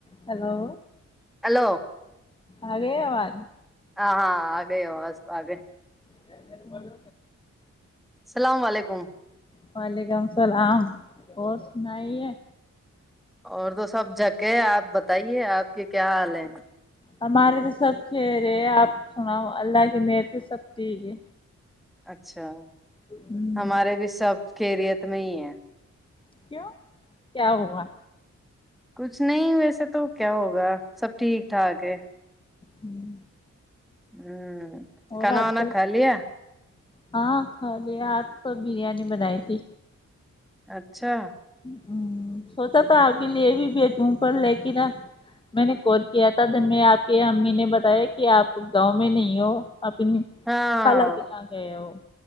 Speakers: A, on the left (about 15°); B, in the centre.
A: hello
B: hello
A: آ گ آواز
B: ہاں ہاں آ گئے ہو آس تو آگئے
A: سر ب
B: اللام علیکم
A: وعلیکم اللام اور سنائی ہے
B: اور تو سب جکے ہے آپ بتائیے آپ کے کیا حال ہیں
A: ہمارے تو سب چہرے آپ سنا اللہ کی مر سے سب ٹھیک ہے
B: اچھا
A: ہوں
B: ہمارے بھی سب خریت میں ہی ہے
A: کیوں کیا ہوا
B: کچھ نہیں ویسے تو کیا ہوگا سب ٹھیک ٹھاک ہے
A: ہوں
B: ہوں
A: اور
B: کھنا
A: آج
B: ونا
A: کل
B: خالیا
A: ہاں کھا ل آپ تو بریانی بنائی تھی
B: اچھا
A: ہ سوچا تھا آپ کے لیے بھی بیچوں پر لیکن میں نے کال کیا تھا دن میں آپ کے امی نے بتایا کہ آپ گاؤں میں نہیں ہو ا
B: ہاں
A: خالر کے ل گ وہ